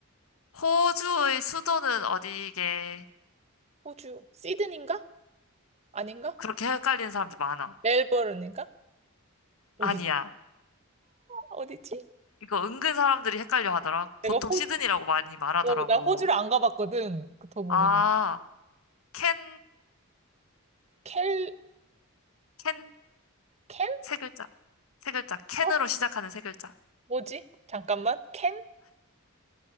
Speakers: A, on the left (about 75°); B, on the right (about 30°).
A: 호주의 수도는 어디게?
B: 호주 시드니인가? 아닌가?
A: 그렇게 헷갈리는 사람들 많아.
B: 멜버른인가? 어디
A: 아니야.
B: 어디지?
A: 이거 은근 사람들이 헷갈려 하더라.
B: 내가
A: 보통
B: 호,
A: 시드니라고 많이 말하더라고.
B: 어, 나 호주를 안 가봤거든. 더 모르겠.
A: 아, 캔,
B: 켈,
A: 캔,
B: 켄?
A: 세 글자. 세 글자. 캔으로
B: 어,
A: 시작하는 세 글자.
B: 뭐지? 잠깐만. 켄?